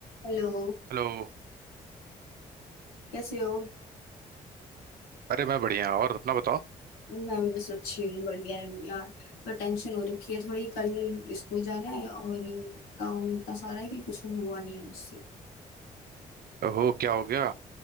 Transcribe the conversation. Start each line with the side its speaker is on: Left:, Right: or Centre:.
Left: Hello
Right: Hello
Left: कैसे हो
Right: अरे मैं बढ़िया और अपना बताओ
Left: मैं भी बस अच्छी हूँ बढ़िया है यार पर टेंशन हो रखी है थोड़ी कल स्कूल जाना है और काम इतना सारा है कि कुछ हुआ नहीं है मुझसे
Right: ओहो क्या हो गया